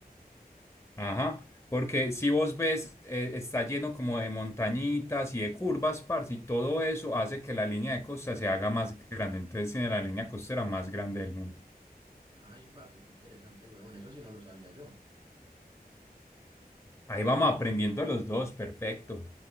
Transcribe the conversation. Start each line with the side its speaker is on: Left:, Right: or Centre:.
Left: Ajá, porque si vos ves, eh, está lleno como de montañitas y de curvas, parce, y todo eso hace que la línea de costa se haga más grande. Entonces tiene la línea costera más grande del mundo.
Right: Ay, parce, qué interesante, weón. Eso sí no lo sabía yo.
Left: Ahí vamos aprendiendo los dos, perfecto.